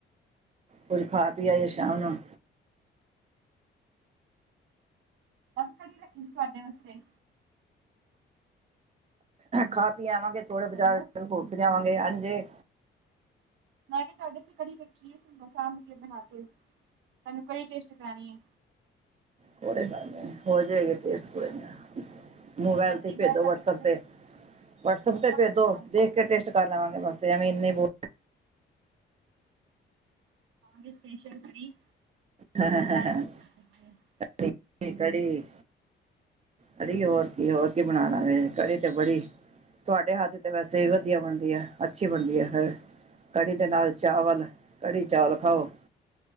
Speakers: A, on the right; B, on the right.
A: ਕੁਝ ਖਾ-ਪੀ ਆਈਏ ਸ਼ਾਮ ਨੂੰ।
B: ਬੰਦ ਕੜੀ ਰੱਖੀ ਸੀ, ਤੁਹਾਡੇ ਵਾਸਤੇ।
A: ਖਾ-ਪੀ ਆਵਾਂਗੇ, ਥੋੜ੍ਹੇ
B: ਹੈਲੋ
A: ਬਾਜ਼ਾਰ ਰੁੱਕ ਜਾਵਾਂਗੇ, ਅਨ ਜੇ
B: 'ਮੈਂ ਕਿਹਾ ਤੁਹਾਡੇ ਅਸਤੇ ਕੜੀ ਰੱਖੀ ਸਾਂਭਕੇ, ਬਣਾਕੇ, ਤੁਹਾਨੂੰ ਕੜੀ ਟੇਸਟ ਕਰਾਣੀ ਏ।
A: ਕੋਈ ਗੱਲ ਨਹੀਂ, ਹੋ ਜਾਏਗੀ ਟੇਸਟ, ਕੋਈ ਨਾ। ਮੋਬਾਇਲ
B: ਹਾਂਜੀ
A: ਤੇ
B: ਮੈਂ
A: ਭੇਜੋ
B: ਤੁਹਾਡੇ
A: ਵਟਸਐਪ
B: ਸਿਰ ਨਾ
A: ਤੇ, ਵਟਸਐਪ ਤੇ ਭੇਜਦੇ
B: ਨਾ
A: ਦੇਖਕੇ ਟੇਸਟ ਕਰ ਲਵਾਂਗੇ ਬਸ, ਐਵੇਂ ਇੰਨੇ ਬਹੁ
B: ਗੇ ਸਪੈਸ਼ਲ ਕੜੀ
A: ਹਾ,
B: ਹੈਲੋ
A: ਹਾ, ਕੜੀ-ਕੜੀ। ਕੜੀ ਹੋਰ ਕੀ, ਹੋਰ ਕੀ, ਬਣਾਣਾ ਵੇ? ਕੜੀ ਤੇ ਬੜੀ ਤੁਹਾਡੇ ਹੱਥ ਦੀ ਤੇ ਵੈਸੇ ਵੀ ਵਧੀਆ ਬਣਦੀ ਹੈ, ਅੱਛੀ ਬਣਦੀ ਹੈ। ਕੜੀ ਦੇ ਨਾਲ ਚਾਵਲ, ਕੜੀ-ਚਾਵਲ ਖਾਓ।